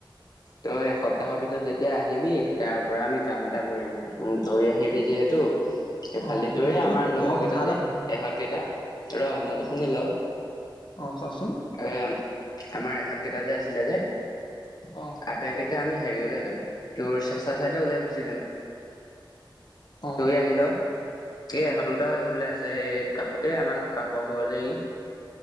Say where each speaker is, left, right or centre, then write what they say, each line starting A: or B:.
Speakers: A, on the left; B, on the left.
A: তই এসপ্তাহৰ পিছত যেতিয়া আহিবি তাৰ পৰা আমি কাম এটা কৰিম। উম তয়ো আহিবি যিহেতু। এই
B: অ
A: ফালে দি তোৰ
B: শুনচোন
A: এই আমাৰ লগৰ
B: মই কথা
A: কেইটা
B: এটা
A: যে
B: ভাবি
A: সিহঁত কেইটা ৰ মোৰটো শুনি ল।
B: অহ কোৱাচোন।
A: এয়া আমাৰ সিহঁত একেইটা যে আছিলে যে।
B: অহ।
A: আটাইকেইটা আমি হেৰিয়লে যাম। তোৰ চেঁচা চাইদে ওলাই গুচি যাম।
B: অ
A: তই আহি ল। এ এহত দুটাও আহিবলৈ আছে। এই কাষতে আমাৰ কাষৰ ঘৰতে ই।